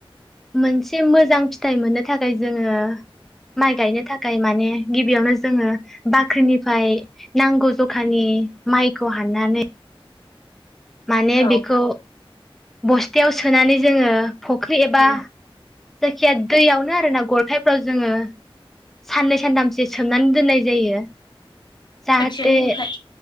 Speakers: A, in the centre; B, on the left (about 50°).
A: मोनसे मोजां फिथाइ मोननो थाखाय जोङो माइ गायनो थाखाय माने गिबियावनो जोङो बा ख्रिनिफ्राय नांगौ जखानि माइखौ हाननानै माने
B: औ
A: बेखौ बस्थायाव सोनानै जोङो फख्रि एबा
B: उम
A: जायखिया दैयावनो आरोना गरखाइफ्राव जोङो साननै सानथामसो सोमनानै दोननाय जायो। जाहाथे
B: खोथियानि थाखाय